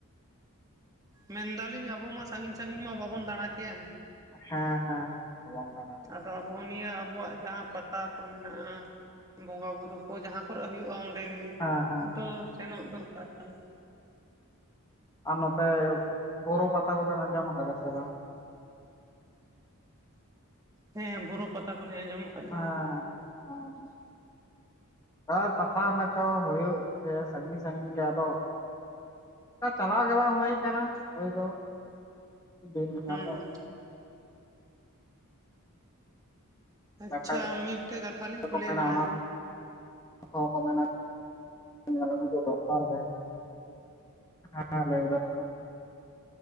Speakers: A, on the right; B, on the left.
A: ᱢᱮᱱ ᱮᱫᱟᱞᱤᱧ ᱟᱵᱚ ᱢᱟ ᱥᱟᱹᱜᱤᱧ ᱥᱟᱹᱜᱤᱧ ᱢᱟ ᱵᱟᱵᱚᱱ ᱫᱟᱬᱟ ᱠᱮᱭᱟ
B: ᱦᱮᱸ ᱦᱮᱸ
A: ᱾
B: ᱵᱟᱵᱚᱱ ᱫᱟᱲᱮ ᱦᱮᱸ
A: ᱟᱫᱚ ᱟᱵᱚ ᱱᱤᱭᱟᱹ ᱟᱵᱚᱣᱟᱜ ᱡᱟᱦᱟᱸ ᱯᱟ ᱛᱟ ᱠᱚ ᱢᱮᱱᱟᱜᱼᱟ, ᱵᱚᱸᱜᱟ ᱵᱩᱨᱩ ᱠᱚ ᱡᱟᱦᱟᱸ ᱠᱚᱨᱮ ᱦᱩᱭᱩᱜᱼᱟ ᱚᱸᱰᱮᱻᱜᱮ
B: ᱦᱮᱸ ᱦᱮᱸ
A: ᱫᱚ ᱥᱮᱱᱚᱜ ᱫᱚᱨᱠᱟᱨ ᱠᱟᱱᱟ ᱾
B: ᱟᱨ ᱱᱚᱛᱮ ᱵᱳᱨᱳ ᱯᱟᱛᱟ ᱠᱚᱵᱮᱱ ᱟᱸᱡᱚᱢ ᱟᱠᱟᱫᱟ ᱥᱮ ᱵᱟᱝ?
A: ᱦᱮᱸ ᱵᱳᱨᱳ ᱯᱟᱛᱟ ᱠᱚᱞᱤᱧ ᱟᱸᱡᱚᱢ ᱟᱠᱟᱫ
B: <unintelligible>
A: ᱜᱮᱭᱟ
B: ᱦᱟᱸ ᱯᱟᱛᱟ ᱢᱟᱪᱚ ᱦᱩᱭᱩᱜ ᱜᱮ ᱥᱟᱹᱜᱤᱧ ᱥᱟᱜᱤᱧ ᱜᱮ ᱟᱫᱚ ᱠᱟ ᱪᱟᱞᱟᱣ ᱜᱮ ᱵᱟᱝ ᱦᱳᱭ ᱟᱠᱟᱱᱟ, ᱦᱳᱭ ᱫᱚ <unintelligible>
A: ᱦᱩᱸ
B: ᱟᱫᱚ
A: ᱟᱪᱪᱷᱟ
B: ᱵᱟᱠᱷᱟᱡ
A: ᱢᱤᱫᱴᱮᱡ ᱠᱟᱛᱷᱟ ᱞᱤᱧ
B: ᱫᱚᱠᱚ
A: ᱠᱩᱞᱤ
B: ᱢᱮᱱᱟ
A: ᱮ ᱵᱮᱱᱟ
B: ᱚᱱᱟ <unintelligible> ᱧᱮᱞ ᱟᱜᱩ ᱫᱚ ᱫᱚᱨᱠᱟᱨ ᱜᱮ <unintelligible> ᱦᱮᱸ ᱞᱟᱹᱭ ᱵᱮᱱ ᱢᱟ ᱾